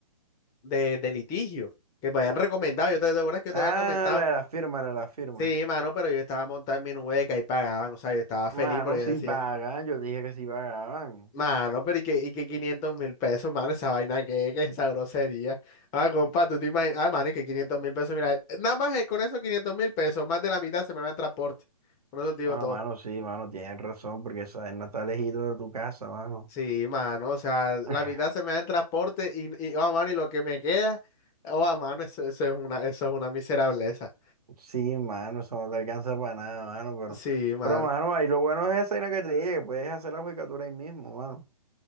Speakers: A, on the left; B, on the right.
A: de, de litigio, que me habían recomendado, yo te, ¿te acuerdas que yo
B: Ah,
A: te había comentado.
B: la de la firma, la de la firma.
A: Sí, mano, pero yo estaba montado en mi nubeca y pagaban, o sea, yo estaba
B: Mano,
A: feliz porque
B: si
A: yo decía,
B: pagan. Yo dije que si pagaban.
A: mano, pero y que, y que quinientos mil pesos, mano, esa vaina que, que esa grosería. Ah, compa, tú te imaginas, ah, mano, y que quinientos mil pesos, mira, nada más eh, con esos quinientos mil pesos, más de la mitad se me va en transporte. Con eso te digo
B: Ah,
A: todo.
B: mano, sí, mano, tienen razón, porque esa vaina está lejito de tu casa, mano.
A: Sí,
B: <laughs>
A: mano, o sea,
B: <sighs>
A: la mitad se me da en transporte y, y oh, mano, y lo que me queda, oh, ah, mano, eso, eso es una, eso es una miserableza.
B: Sí, mano, eso no te alcanza para nada, mano, pero,
A: Sí, mano.
B: pero, mano, ahí lo bueno es esa vaina que te dije, que puedes hacer la judicatura ahí mismo, mano.